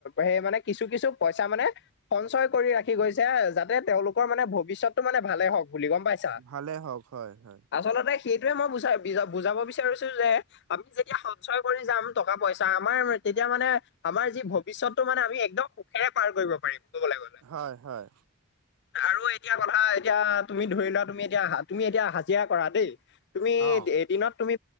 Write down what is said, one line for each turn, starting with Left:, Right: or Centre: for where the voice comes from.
Left: সেই মানে কিছু কিছু পইচা মানে সঞ্চয় কৰি ৰাখি গৈছে, যাতে তেওঁলোকৰ মানে ভৱিষ্যতটো মানে ভালে হওক বুলি গম পাই চা
Right: ভালে হওক হয় হয়
Left: আচলতে, সেইটোৱে মই বুজা বুজাব বিচাৰিছো যে, আমি যেতিয়া সঞ্চয় কৰি যাম টকা পইচা, আমাৰ তেতিয়া মানে আমাৰ যি ভৱিষ্যতটো মানে আমি একদম সুখেৰে পাৰ কৰিব পাৰিম। ক'বলৈ গ'লে।
Right: হয়, হয়।
Left: আৰু এতিয়া কথা এতিয়া তুমি ধৰি লোৱা তুমি এতিয়া তুমি এতিয়া হাজিৰা কৰা দেই। তুমি
Right: অ
Left: এদিনত তুমি